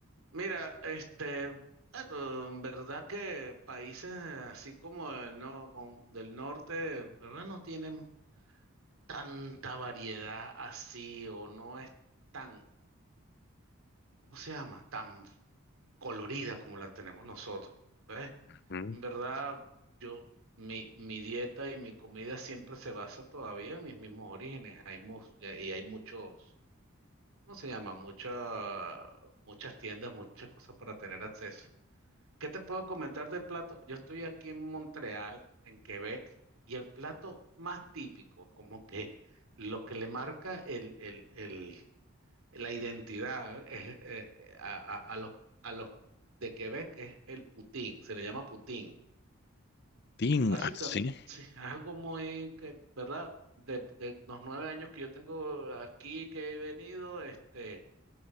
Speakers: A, on the right; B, on the left.
A: Mira, este, bueno, en verdad que países así como el no, como del norte, en verdad no tienen tanta variedad así o no es tan, ¿cómo se llama? Tan colorida como la tenemos nosotros. ¿ves?
B: Ujú,
A: En verdad, yo, mi, mi dieta y mi comida siempre se basa todavía en mis mismos orígenes. Hay mu- y hay muchos, ¿cómo se llama? Mucha- muchas tiendas, muchas cosas para tener acceso. ¿Qué te puedo comentar del plato? Yo estoy aquí en Montreal, en Quebec, y el plato más típico, como que lo que le marca el, el, el, la identidad es, eh, eh, a, a- a los, a los de Quebec es el poutine, se le llama poutine.
B: Tin,
A: Básicamente,
B: así.
A: sí, algo muy que, ¿verdad? De, de los nueve años que yo tengo aquí, que he venido, este,